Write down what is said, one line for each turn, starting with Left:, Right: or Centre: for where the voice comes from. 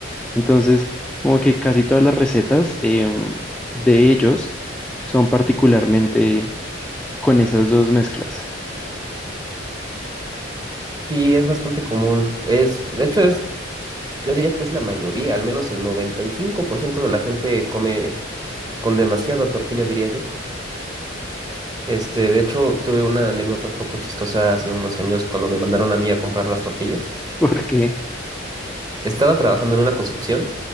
Centre: Entonces, como que casi todas las recetas em, de ellos son particularmente con esas dos mezclas,
Right: Sí, es bastante común. Es, de hecho, es, yo diría que es la mayoría, al menos el 95% de la gente come con demasiada tortilla, diría yo. Este, de hecho, tuve una anécdota un poco chistosa hace unos años cuando me mandaron a mí a comprar las tortillas.
Centre: <laughs> porque
Right: Estaba trabajando en una construcción